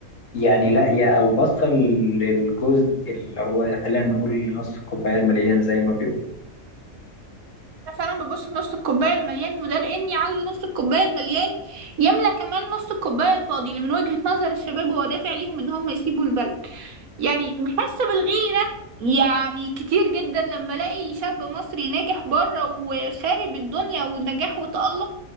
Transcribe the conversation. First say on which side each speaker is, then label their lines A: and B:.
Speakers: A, on the left; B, on the right.
A: يعني لاقيه او باصه للجزء اللي هو خلينا نقول نص الكوبايه المليان زي ما بيقول
B: انا فعلا ببص نص الكوباية المليان وده لاني عاوزة نص الكوباية المليان يملى كمان نص الكوباية الفاضي اللي من وجهة نظر الشباب هو دافع ليهم ان هم يسيبوا البلد يعني بحس بالغيرة يعني كتير جدا لما الاقي شاب مصري ناجح بره وخارب الدنيا ونجاح وتألق